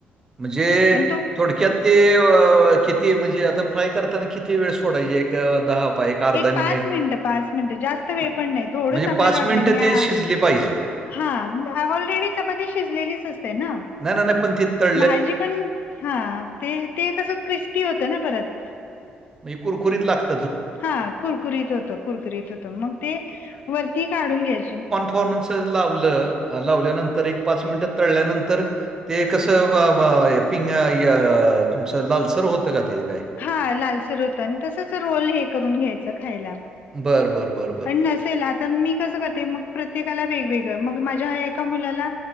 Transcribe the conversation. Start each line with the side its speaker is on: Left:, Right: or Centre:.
Right: म्हणजे
Left: आणि तो
Right: थोडक्यात ते अ कि ती म्हणजे आता फ्राय करताना किती वेळ सोडायची एक दहा पाय एक अर्धा
Left: एक
Right: मिनिट.
Left: पाच मिनट, पाच मिनिटं जास्त वेळ
Right: म्ह
Left: पण नाही थोडंच
Right: म्हणजे
Left: आपल्याला वाटलं
Right: मिनिटं
Left: की नाही
Right: ते
Left: हा
Right: शिजली पाहिजे.
Left: हां ऑलरेडी चपाती शिजलेलीच असते ना.
Right: नाय नाय पण ति तळ
Left: भाजी पण हा ते ते कसं क्रिस्पी होतं ना परत.
Right: म्हजे कुरकुरीत लागत?
Left: हा कुरकुरीत होतं, कुरकुरीत होतं मग ते वरती काढून घ्यायचे.
Right: कॉर्नच लावलं लावल्यानंतर एक पाच मिनिटं तळल्यानंतर ते कसं ब ब पिंग य तुमचं लालसर होतं का ते काय?
Left: हा लालसर होत आणि तसच रोल हे करून घ्यायचं खायला.
Right: बरं. बरं, बरं, बरं.
Left: नसेल आता मी कसं करते मग प्रत्येकाला वेगवेगळं मग माझ्या एका मुलाला